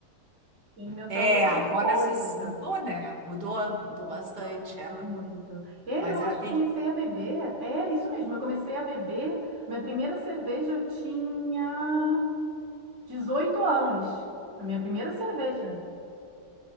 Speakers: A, on the right; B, on the right.
A: alimentando
B: É,
A: outras
B: é, agora
A: coisas
B: vocês...
A: já.
B: Mudou, né? Mudou, mudou bastante.
A: Mudou, mudou
B: é.
A: muito. E aí,
B: Mas
A: eu
B: era
A: acho que
B: terrível.
A: eu comecei a beber. É isso mesmo, eu comecei a beber. Minha primeira cerveja eu tinha 18 anos. A minha primeira cerveja.